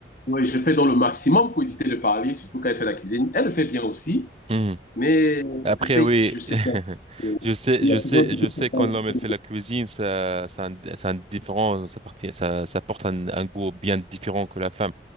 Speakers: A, on the left (about 50°); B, on the right (about 35°).
A: ouais, je fais dans le maximum pour éviter de parler, surtout quand elle fait la cuisine. Elle le fait bien aussi,
B: Mhm.
A: mais
B: Après
A: je sais,
B: oui,
A: je sais
B: <laughs>
A: qu'il y a
B: je sais,
A: il
B: je
A: y a toujours
B: sais,
A: quelque
B: je sais
A: chose
B: quand
A: à
B: l'homme elle fait la cuisine, ça, ça, a un- ça, a un différent, ça, parti- ça, ça porte un, un goût bien différent que la femme.